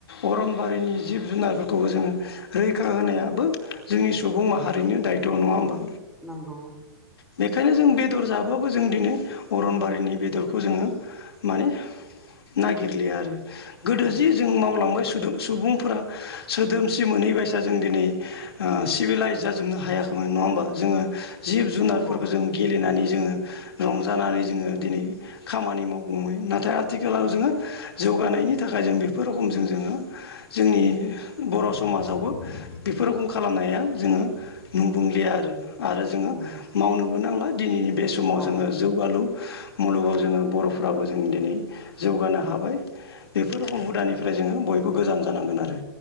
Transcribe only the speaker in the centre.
नंगौ।
नंगौ
नंगौ
नंगौ
औ